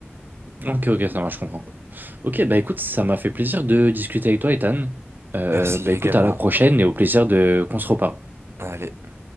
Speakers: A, on the right; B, on the right.
A: OK, OK, ça marche, je comprends. OK, bah écoute, ça m'a fait plaisir de discuter avec toi, Ethan. Euh,
B: Merci
A: bah écoute,
B: également.
A: à la prochaine et au plaisir de qu'on se reparle.
B: Allez.